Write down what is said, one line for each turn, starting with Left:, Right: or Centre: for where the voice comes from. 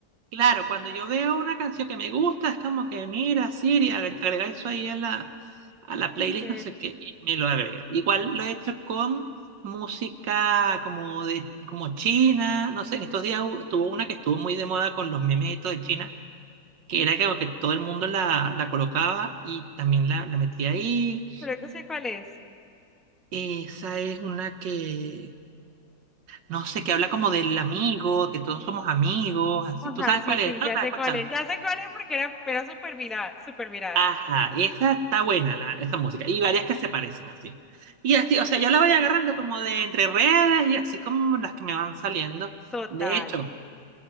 Right: Claro, cuando yo veo una canción que me gusta, es como que mira, Siri, ag- agrega eso ahí a la, a la
Centre: Ok.
Right: playlist, no sé qué, y me lo agrega. Igual lo he hecho con música como de, como China, no sé, en estos días hu- estuvo una que estuvo muy de moda con los memes y todo de China, que era como que todo el mundo la, la colocaba y también la, la metía ahí.
Centre: Pero que sé cuál es.
Right: Esa es una que, no sé, que habla como del amigo, que todos somos amigos, así.
Centre: Ajá,
Right: ¿Tú sabes
Centre: sí,
Right: cuál
Centre: sí,
Right: es? ¿No
Centre: ya
Right: la
Centre: sé
Right: has escuchado?
Centre: cuál es. Ya sé cuál es porque era, era súper viral, súper viral.
Right: Ajá, esa está buena, la, esa música. Y varias que se parecen así. Y así, o sea, yo la voy agarrando como de entre redes y así como las que me van saliendo.
Centre: Total.
Right: De hecho,